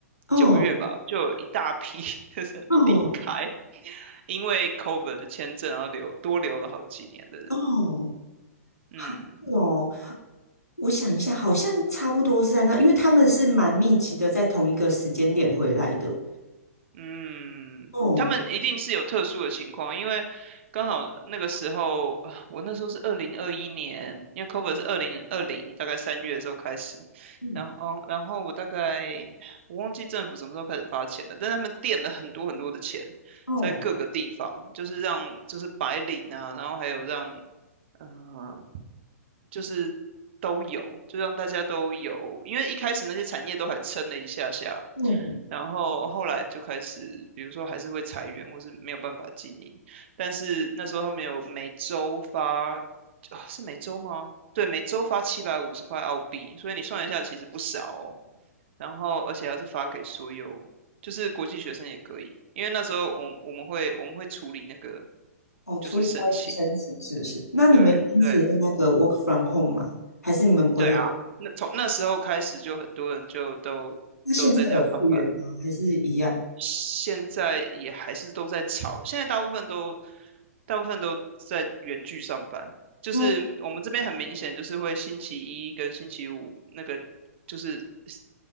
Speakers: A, on the left; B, on the right.
A: 哦
B: 九月吧，就有一大批 <laughs> 的人离开，
A: 哦
B: 因为 COVID 的签证，然后留多留了好几年的人。
A: 哦，
B: 嗯
A: 好哦，我想一下，好像差不多是在那，因为他们是蛮密集的，在同一个时间点回来的。
B: 嗯，
A: 哦，
B: 他们一定是有特殊的情况，因为刚好那个时候啊，我那时候是二零二一年，因为 c o v e r 是二零二零，大概三月的时候开始，
A: 嗯，
B: 然后哦然后我大概我忘记政府什么时候开始发钱了，但是他们垫了很多很多的钱在各个地方，
A: 哦，
B: 就是让就是白领啊，然后还有让。呃就是都有，就让大家都有，因为一开始那些产业都还撑了一下下，
A: 哦嗯，
B: 然后后来就开始，比如说还是会裁员，或是没有办法经营。但是那时候他们有每周发，啊是每周吗？对，每周发七百五十块澳币，所以你算一下，其实不少哦。然后而且还是发给所有，就是国际学生也可以，因为那时候我我们会我们会处理那个
A: 哦，
B: 就是申请，
A: 处理掉一个申请是不是？那你们因此用那个
B: 对对。
A: work from home 吗？还是你们不会有？
B: 对啊，那从那时候开始，就很多人就都都在家上班，
A: 那现在有复原吗？还是一样？
B: 现在也还是都在吵。现在大部分都大部分都在远距上班，就是我们这边很明显，
A: 哦，
B: 就是会星期一跟星期五那个就是市